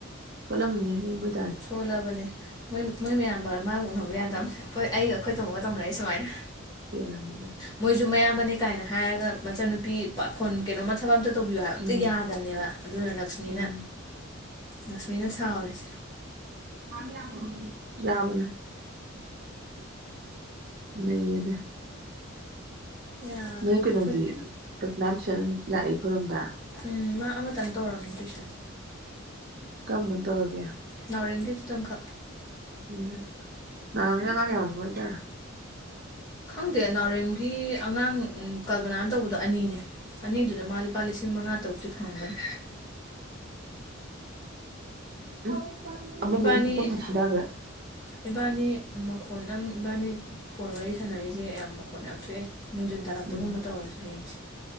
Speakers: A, on the right; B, on the left.
A: <unintelligible>
B: ꯁꯣꯜꯂꯕꯅꯦ ꯃꯣꯏ ꯃꯣꯏ ꯃꯌꯥꯝꯕ ꯃꯥ ꯎꯅꯕ ꯌꯥꯗꯝꯅꯤ ꯑꯈꯣꯏ ꯑꯩꯒ ꯑꯈꯣꯏ ꯇꯝꯃꯣꯒ ꯇꯧꯅꯔꯤ ꯁꯨꯃꯥꯏꯅ꯫
A: ꯄꯦꯜꯂꯝꯅꯤꯗ
B: ꯃꯣꯏꯖꯨ ꯃꯌꯥꯝꯕꯅꯦ ꯀꯥꯏꯅ ꯍꯥꯏꯔꯒ ꯃꯆꯟꯅꯨꯄꯤ ꯄꯥꯈꯣꯟ ꯀꯩꯅꯣꯃ ꯊꯕꯛ ꯑꯝꯇ ꯇꯧꯕꯤꯌꯨ ꯍꯥꯏꯕ ꯑꯝꯇ
A: ꯎꯝ
B: ꯌꯥꯗꯝꯅꯦꯕ ꯑꯗꯨꯅ ꯂꯛꯁꯃꯤꯅ
A: ꯎꯝ
B: ꯂꯛꯁꯃꯤꯅ ꯁꯥꯎꯔꯤꯁꯦ꯫
A: <unintelligible> ꯌꯥꯕꯅꯦ ꯅꯩꯔꯦꯅꯦ꯫
B: ꯌꯥꯗ
A: ꯅꯣꯏ ꯀꯩꯅꯣꯗꯤ
B: ꯑꯩꯈꯣꯏ
A: ꯀꯜꯄꯅꯥ ꯇꯨꯏꯁꯟ ꯂꯥꯛꯑꯦ ꯑꯩꯈꯣꯏꯔꯣꯝꯗ꯫
B: ꯎꯝ ꯃꯥ ꯑꯃꯇꯪ ꯇꯧꯔꯝꯅꯤ ꯇꯨꯏꯁꯟ꯫
A: ꯀꯔꯝꯕ ꯇꯧꯔꯒꯦ?
B: ꯅꯥꯎꯔꯦꯝꯒꯤ ꯗꯨ ꯇꯪ ꯈꯛ꯫
A: ꯎꯝ ꯅꯥꯎꯔꯦꯝꯒꯤ ꯑꯉꯥꯡ ꯌꯥꯝꯃꯝꯃꯔꯣꯏꯗ꯫
B: ꯈꯪꯗꯦ ꯅꯥꯎꯔꯦꯝꯒꯤ ꯑꯉꯥꯡ ꯎꯝ ꯀꯜꯄꯅꯥꯅ ꯇꯧꯕꯗꯣ ꯑꯅꯤꯅꯦ꯫ ꯑꯅꯤꯗꯨꯗ ꯃꯥ ꯂꯨꯄꯥ ꯂꯤꯁꯤꯡ ꯃꯉꯥ ꯇꯔꯨꯛꯇꯤ ꯐꯪꯉꯝꯒꯅꯤ꯫
A: ꯑꯣ ꯑꯃꯗꯣ
B: ꯏꯕꯥꯅꯤ
A: ꯄꯨꯡꯊꯥ ꯊꯥꯗꯈ꯭ꯔꯦ
B: ꯏꯕꯥꯅꯤ ꯃꯈꯣꯟ ꯅꯪ ꯏꯕꯥꯅꯤ ꯐꯣꯟ ꯋꯥꯔꯤ ꯁꯥꯟꯅꯔꯤꯖꯦ ꯌꯥꯝ ꯃꯈꯣꯟ ꯌꯥꯝ ꯊꯣꯛꯑꯦ ꯅꯨꯡꯗꯤꯟ ꯇꯥꯜꯂꯛꯇꯒꯨꯝꯕ
A: ꯎꯝ
B: ꯇꯧꯔꯖꯤ ꯍꯌꯦꯡꯁꯦ